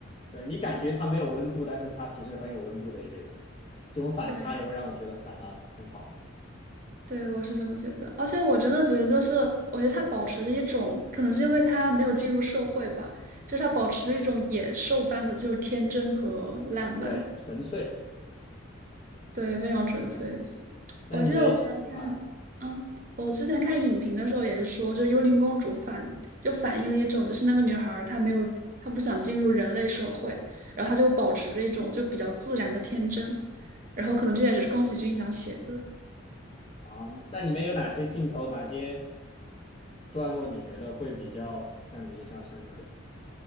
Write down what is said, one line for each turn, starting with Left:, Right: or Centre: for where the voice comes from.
Left: 对你感觉他没有温度，但是他其实很有温度的一个人，这种反差也会让我觉得哈哈很好。
Right: 对，对，我是这么觉得，而且我真的觉得，
Left: 对
Right: 就是我觉得他保持着一种，可能是因为他没有进入社会吧，就是他保持着一种野兽般的就是天真和烂漫，
Left: 对，纯粹
Right: 对，非常纯粹。
Left: 是的。那里面有啊
Right: 我记得我之前看，嗯，我之前看影评的时候也是说，就幽灵公主反就反映了一种，就是那个女孩儿她没有，她不想进入人类社会，然后她就保持着一种就比较自然的天真，然后可能这也是宫崎骏想写的。
Left: 啊，那里面有哪些镜头、哪些段落你觉得会比较让你印象深刻